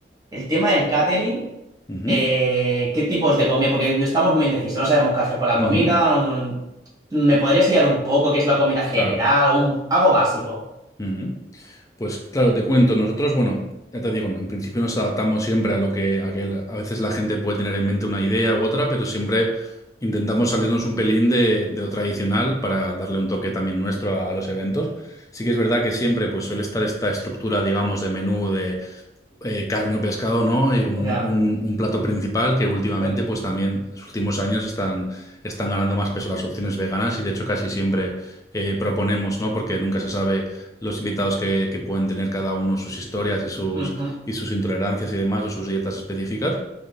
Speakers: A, on the right (about 20°); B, on the left (about 20°).
A: El tema del catering,
B: ujú,
A: eh, ¿qué tipos de comida? Porque no estamos muy indecisos, no sabemos qué hacer con la
B: ujú.
A: comida. un- ¿Me podrías guiar un poco qué es la comida general?
B: Claro.
A: Un, algo básico.
B: Ujú. Pues claro, te cuento, nosotros, bueno, ya te digo, en principio nos adaptamos siempre a lo que, a que el- a veces la gente puede tener en mente una idea u otra, pero siempre intentamos salirnos un pelín de, de lo tradicional para darle un toque también nuestro a, a los eventos. Sí que es verdad que siempre pues suele estar esta estructura, digamos, de menú eh, carne o pescado, ¿no? Y como
A: Ujú,
B: un,
A: Ya.
B: un- un plato principal que últimamente,
A: eh,
B: pues también, los últimos años están, están ganando más peso las opciones veganas y de hecho casi siempre eh, proponemos, ¿no? Porque nunca se sabe los invitados que, que pueden tener cada uno sus historias y sus,
A: ujú,
B: y sus intolerancias y demás o sus dietas específicas.